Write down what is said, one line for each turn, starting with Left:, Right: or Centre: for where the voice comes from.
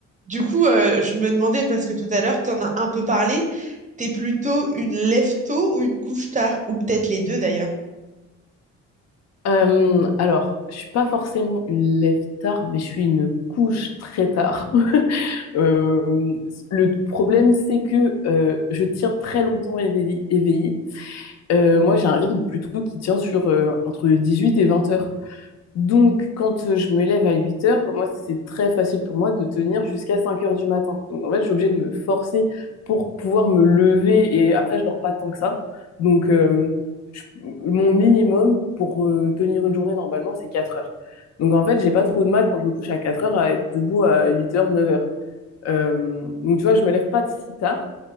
Right: Du coup, euh, je me demandais, parce que tout à l'heure, tu en as un peu parlé, t'es plutôt une lève tôt ou une couche tard, ou peut-être les deux d'ailleurs.
Left: Euh, alors, je suis pas forcément une lève tard, mais je suis une couche très tard. <laughs> Euh, le problème, c'est que euh, je tire très longtemps éveillée. éveillée. Euh, moi, j'ai un rythme plutôt qui tient sur euh, entre huit et 20 heures. Donc, quand euh, je me lève à 8 heures, moi, c'est très facile pour moi de tenir jusqu'à 5 heures du matin. Donc, en fait, je suis obligée de me forcer pour pouvoir me lever et après, je dors pas tant que ça. Donc, euh, je- mon minimum pour euh, tenir une journée normalement, c'est 4 heures. Donc, en fait, j'ai pas trop de mal quand je me couche à 4 heures à être debout à 8 heures, 9 heures. Euh, donc, tu vois, je me lève pas si tard,